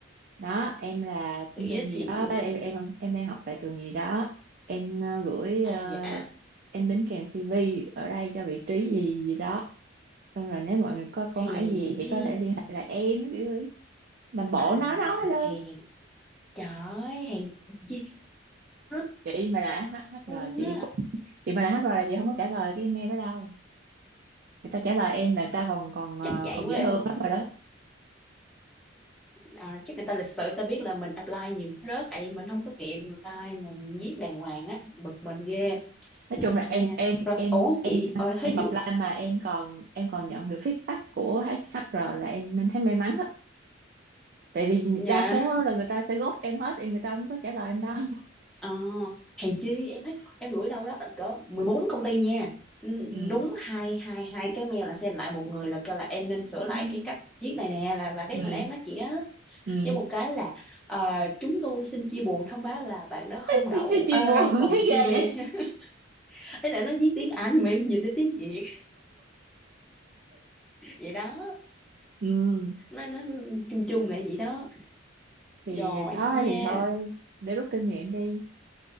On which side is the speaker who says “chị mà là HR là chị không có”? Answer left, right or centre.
Right